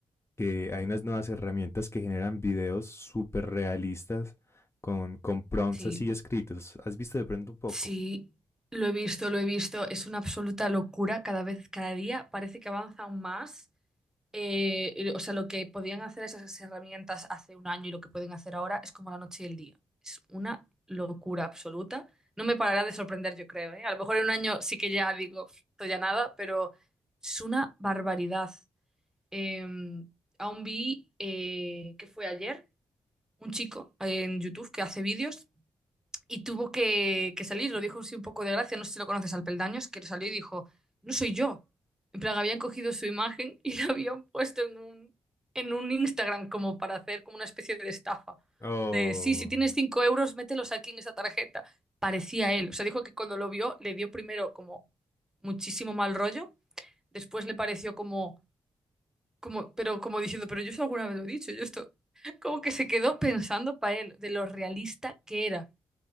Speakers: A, on the left (about 25°); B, in the centre.
A: que hay unas nuevas herramientas que generan videos súper realistas con, con prompts
B: Sí,
A: así escritos. ¿Has visto de pronto un poco?
B: sí, lo he visto, lo he visto. Es una absoluta locura cada vez, cada día. Parece que avanza aún más. Eh, y- o sea, lo que podían hacer esas herramientas hace un año y lo que pueden hacer ahora es como la noche y el día. Es una locura absoluta. No me parará de sorprender, yo creo, ¿eh? A lo mejor en un año sí que ya digo, "Pf, esto ya nada, pero es una barbaridad. Eh, aún vi, eh, ¿qué fue ayer? un chico en YouTube que hace vídeos y tuvo que, que salir, lo dijo así un poco de gracia, no sé si lo conoces, al Peldaños, que salió y dijo, no soy yo. En plan, habían cogido su imagen y la habían puesto en un, en un Instagram como para hacer como una especie de estafa.
A: Oh,
B: De, sí, si tienes 5 euros, mételos aquí en esa tarjeta. Parecía él. O sea, dijo que cuando lo vio le dio primero como muchísimo mal rollo, después le pareció como como, pero como diciendo, pero yo eso alguna vez lo he dicho, yo esto, <laughs> como que se quedó pensando para él de lo realista que era.